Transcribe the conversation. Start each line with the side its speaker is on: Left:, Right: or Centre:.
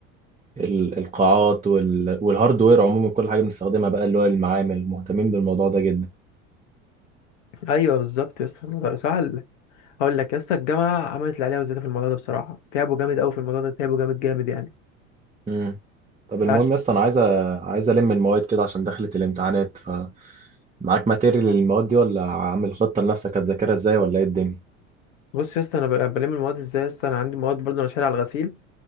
Right: ال- القاعات وال... والهاردوير عموما كل حاجه بنستخدمها بقى اللي هو المعامل مهتمين بالموضوع ده جدا
Left: ايوه بالظبط يا اسطى الموضوع سهل هقول لك يا اسطى الجامعه عملت اللي عليها وزياده في الموضوع ده بصراحه تعبوا جامد قوي في الموضوع ده تعبوا جامد جامد يعني
Right: امم طب
Left: فعش
Right: المهم يا اسطى انا عايز أ- عايز الم المواد كده عشان دخلت الامتحانات ف معاك ماتيريال للمواد دي ولا عامل خطه لنفسك هتذاكرها ازاي ولا ايه الدنيا
Left: بص يا اسطى انا ب- بلم المواد ازاي يا اسطى انا عندي مواد برضه انا شاري على الغسيل